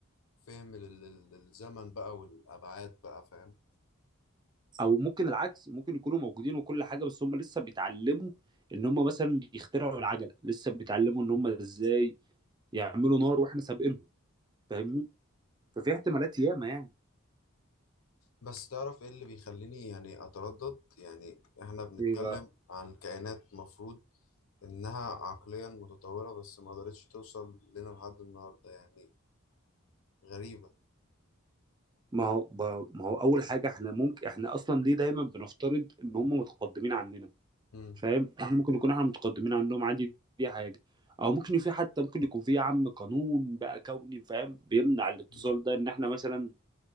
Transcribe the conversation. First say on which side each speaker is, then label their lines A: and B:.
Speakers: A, on the left; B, on the right.
A: فهم لل- لل- للزمن بقى والأبعاد بقى فاهم
B: او ممكن العكس ممكن يكونوا موجودين وكل حاجه بس هما لسه بيتعلموا ان هما مثلا يخترعوا العجله لسه بيتعلموا ان هما ازاي يعملوا نار واحنا سابقينهم فاهمني ففي احتمالات ياما
A: بس تعرف ايه اللي بيخليني يعني أتردد يعني احنا بنتكلم
B: يعني
A: عن كائنات مفروض إنها عقليا متطورة بس ما قدرتش توصل لنا لحد النهاردة يعني غريبة
B: ما هو ب- ما هو اول حاجه احنا ممكن احنا اصلا ليه دايما بنفترض ان هم متقدمين عننا
A: مم.
B: فاهم احنا ممكن نكون احنا متقدمين عنهم عادي دي حاجه او ممكن في حتى ممكن يكون في يا عم قانون بقى كوني فاهم بيمنع الاتصال
A: مم.
B: ده ان احنا مثلا